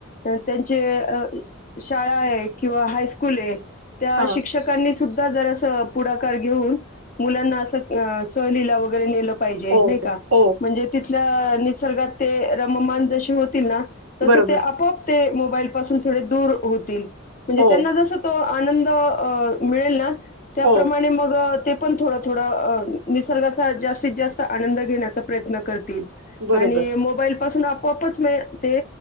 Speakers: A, on the left; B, on the right.
A: तर त्यांचे शाळा आहे किंवा हायस्कूल आहे त्या
B: हां.
A: शिक्षकांनी सुद्धा जरासं पुढाकार घेऊन मुलांना असं सपोस्ट सहलीला वगैरे नेलं पाहिजे
B: हो,
A: नाही का
B: हो.
A: म्हणजे तिथल्या निसर्गात ते रममान जसे होतील ना तसं
B: बरोबर.
A: ते आपोआप ते मोबाईल पासुन थोडे दूर होतील म्हणजे
B: हो,
A: त्यांना जसं तो आनंद अ मिळेल ना त्याप्रमाणे
B: हो.
A: मग ते पण थोडं थोडं अ निसर्गाचा जास्तीत जास्त आनंद घेण्याचा प्रयत्न करतील
B: बरोबर.
A: आणि मोबाईल पासून आप पोआपच मग ते